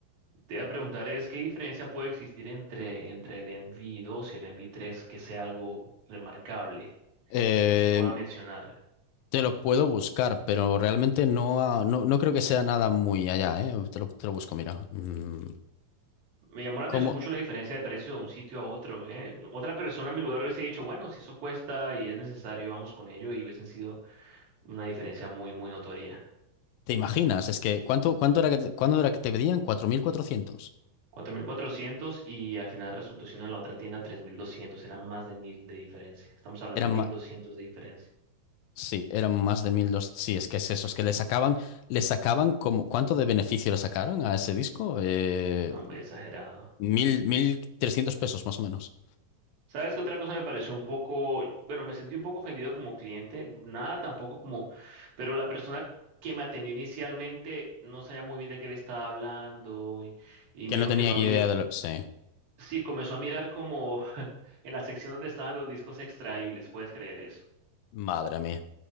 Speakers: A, on the right (about 85°); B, on the left (about 85°).
A: Te iba a preguntar es, ¿qué diferencia puede existir entre, entre el Envy dos y el Envy tres que sea algo remarcable
B: Eh,
A: o que se pueda mencionar?
B: te lo puedo buscar, pero realmente no, ha- no, no creo que sea nada muy allá, ¿eh? Te lo, te lo busco, mira. Mm,
A: Me llamó la
B: ¿cómo
A: atención mucho la diferencia de precio de un sitio a otro, ¿eh? Otra persona en mi lugar hubiese dicho, bueno, si eso cuesta y es necesario, vamos con ello, y hubiesen sido una diferencia muy, muy notoria.
B: te imaginas? Es que, ¿cuánto, cuánto era que te, cuándo era que te pedían? cuatro mil cuatrocientos.
A: cuatro mil cuatrocientos y al final resultó siendo en la otra tienda tres mil doscientos Eran más de 1.000 de diferencia. Estamos hablando
B: Eran,
A: de 1.200 de diferencia.
B: Sí, eran más de 1200. Sí, es que es eso, es que le sacaban, le sacaban como, ¿cuánto de beneficio le sacaron a ese disco? Eh,
A: Estaba muy exagerado.
B: mil, mil trescientos pesos más o menos.
A: ¿Sabes qué otra cosa me pareció un poco, bueno, me sentí un poco ofendido como cliente, Pues nada tampoco como, pero la persona que me atendió inicialmente no sabía muy bien de qué le estaba hablando y, y
B: Que
A: me
B: no
A: dijo
B: tenía
A: que no
B: ni
A: había,
B: idea de lo. Sí,
A: sí, comenzó a mirar como <laughs> en la sección donde estaban los discos extraíbles, puedes creer eso.
B: madre mía.